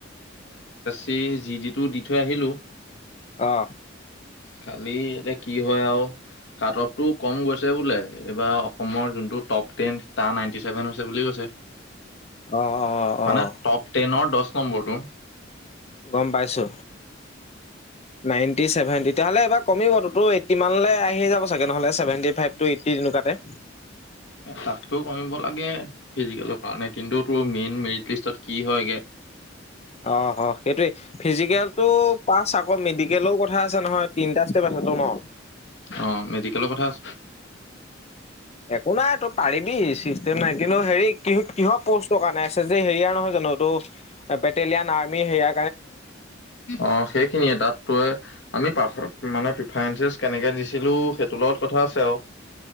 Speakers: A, on the left; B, on the left.
A: এই যি দি টো দি থৈ আহিলো।
B: আহ
A: খালি এতিয়া কি হয় আৰু কাট অফটো কম গৈছে বোলে এইবাৰ অসমৰ যোনটো টপ টেন তাৰ নাইনটি চছেভেন হৈছে বুলি কৈছে।
B: অ', অ',
A: মানে
B: অ',
A: টপ টেনৰ দহ দহ নম্বৰ টো।
B: গম পাইছোঁ, নাইণ্টি চছেভেন তেতিয়াহ'লে এইবাৰ কমিব ততো এইটি মানলৈ আহি যাব চাগে নহ'লে চছেভেণ্টি ফাইভ টু এইটি তেনেকুৱাতে।
A: তাতকৈ কমিব লাগে ফিজিকেলৰ কাৰণে কিন্তু তোৰ মেইন মেৰিট লিষ্টত কি হয়গে?
B: অ সেইটোৱে ফিজিকেলতটো পাছ আকৌ মেডিকেলৰ কথা আছে নহয় তিনটা ষ্টেপ আছে ন।
A: অ মেডিকেলৰ কথা আছে
B: একো নাই তই পাৰিবি চিষ্টেম নাই কিন্তু হেৰি কি কিহৰ প'ষ্টৰ কাৰণে এছ এছ ডি হেৰিয়াৰ নহয় জানো তটো বেটেলিয়ান, আৰ্মি হেৰিয়া
A: অ সেইখিনিয়ে তাত তয়ে আমি মানে প্ৰিফাৰেঞ্চেছ কেনেকে দিছিলো সেইটোৰ লগত কথা আছে আৰু।